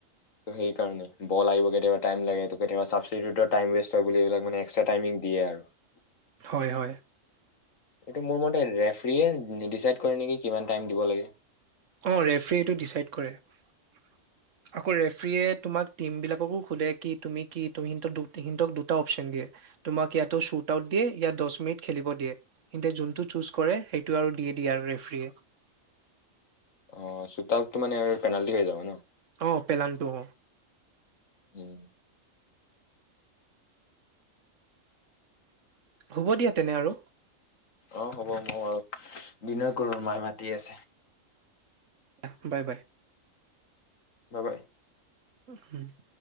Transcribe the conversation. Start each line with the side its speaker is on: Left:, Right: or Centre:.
Left: সেইকাৰণেই, বল আহিব গ'লে টাইম লাগে তেতিয়া ধৰা চাবচিতিওতৰ টাইম ৱেষ্ট সেইবুলি এইবিলাক মানে এক্সা টাইমিং দিয়ে আৰু। <unintelligible>
Right: হয়, হয়।
Left: এইটো মোৰ মতে যে পি এ দি ডিচাইড কৰে নেকি কিমান টাইম দিব লাগে।
Right: অ, ৰেফৰীটো ডিচাইড কৰে। আকৌ ৰেফ্ৰীয়ে তোমাক টিমবিলাককো সোধে কি তুমি কি তুমি সিহ সিহঁক দুটা অপচন দিয়ে। তোমাক ইয়াতো শ্বুট আউট দিয়ে ইয়া দছ মিনিট খেলিব দিয়ে। সিহঁতে যোনটো চুজ কৰে সেইটো আৰু দি দিয়ে আৰু ৰেফৰীয়ে।
Left: অ শ্বুট আউট তো মানে পেনালিটি হৈ যাব ন
Right: অহ পেনালিতি হও
Left: উম
Right: হ'ব দিয়া তেনে আৰু
Left: অহ হ'ব মই বাৰু দিনাৰ কৰোঁ মায়ে মাতি আছে।
Right: অহ বাই বাই
Left: বাই বাই
Right: হম